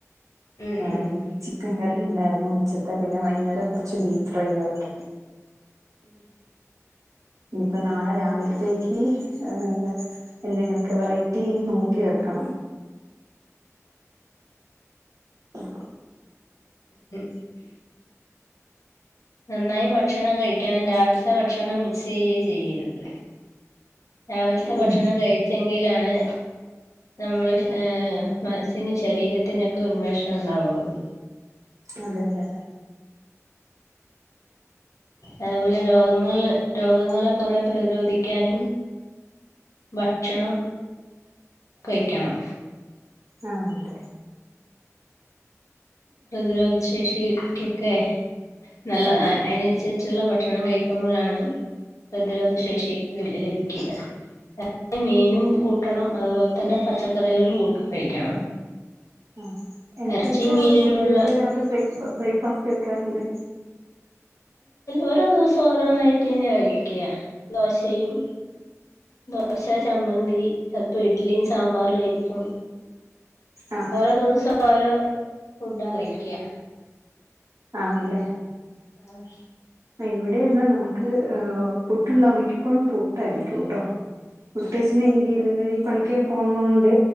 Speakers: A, on the left (about 75°); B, on the right (about 70°).
A: ഉം
B: ആഹ
A: ഉം
B: ച്ചി ചിക്കൻ കറി ഉണ്ടായിരുന്നു ഉച്ചത്തെ പിന്നെ വൈകുന്നേരം കുറച്ച് ബീഫ് ഫ്രൈ ആക്കി.
A: ഉം
B: ഇയിപ്പ നാളെ രാവിലത്തേക്ക് ഏഹ.. എന്തെങ്കിലൊക്കെ വെറൈറ്റി നോക്കി വെക്കണം. <inaudible>
A: മ് നന്നായി ഭക്ഷണം കഴിക്ക രാവിലത്തെ ഭക്ഷണം മിക്സ് ചെയ്യെ ചെയ്യരുത് രാവിലത്തെ
B: ഉം
A: ഭക്ഷണം കഴി ചെങ്കിയിലാണ്.. നമ്മള് ഹെ മനസ്സിനും ശരീരത്തിനൊക്കെ ഉന്മേഷം ഉണ്ടാവയുള്ളൂ.
B: അതെ അതെ അതെ
A: അതുപോലെ രോഗങ്ങള് രോഗങ്ങളെ കുറെ പ്രതിരോധിക്കാനും.. ഭക്ഷണം കഴിക്കണം.
B: ആഹ് അതെ
A: പ്രതിരോധ ശേഷിക്കൊക്കെ നല്ലതാ അതിനനുസരിച്ചുള്ള ഭക്ഷണം കഴിക്കുമ്പോഴാണ്.. പ്രതിരോധ ശേഷിക് ലഭിക്കുകായില മീനും കൂട്ടണം അതുപോലെതന്നെ പച്ചക്കറികളും കു കഴിക്കണം.
B: ആ എന്തൊക്കെ
A: ഇറച്ചി മീനിലുള്ള
B: ഫുഡുകള് രാവിലെ ബ്രേക്ക്ഫാസ്റ്റ് വെക്കാറുണ്ട്?
A: ഓരോ ദിവസം ഓരോ നായിട്ട ന്നെ കഴികാ ദോശയും ദോശ ചമ്മന്തി ചെലപ്പോ ഇഡ്ലിയും സാമ്പാറും ആയിരിക്കും
B: ആഹ്
A: ഓരോ ദിവസം ഓരോ ഫുഡാ കഴിക്കാ
B: ആണല്ലേ
A: ആഹ്
B: ആ ഇവിടെ അതാ നമുക്ക് അഹ് പുട്ട് നമിക്കിപ്പോഴും പുട്ടാ യിരിക്കും ട്ടോ കുട്ടേഛനെങ്ക <unintelligible> എല്ലാ എല്ലരും ഈ പണിക്ക് പോന്നോണ്ട്